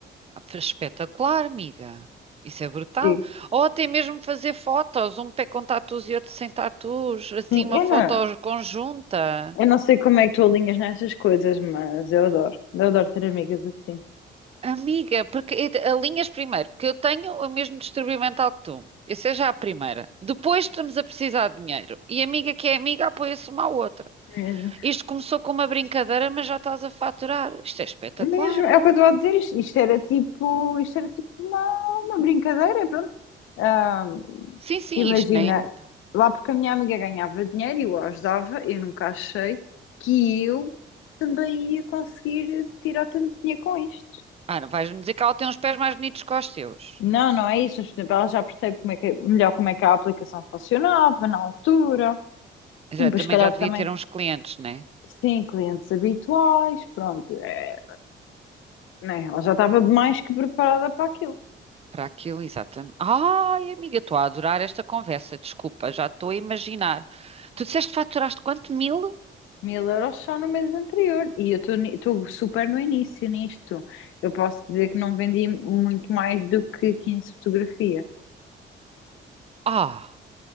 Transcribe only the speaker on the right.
Espetacular, amiga. Isso é brutal.
Ou até mesmo fazer fotos, um pé com tatus e outro sem tatus, assim
uma
foto
conjunta.
Amiga, porque eh, alinhas primeiro, porque eu tenho o mesmo distúrbio mental que tu. Essa é já a primeira. Depois estamos a precisar de dinheiro. E amiga que é amiga apoia-se uma à outra.
Isto começou com uma brincadeira, mas já estás a faturar. Isto é espetacular.
Sim, sim,
isto nem.
Ah, não vais-me dizer que ela tem uns pés mais bonitos que os teus.
Já, também
já devia
ter uns clientes, né?
Para aquilo, exatamente. Ai, amiga, estou a adorar esta conversa. Desculpa, já estou a imaginar. Tu disseste que faturaste quanto? Mil?
Ah!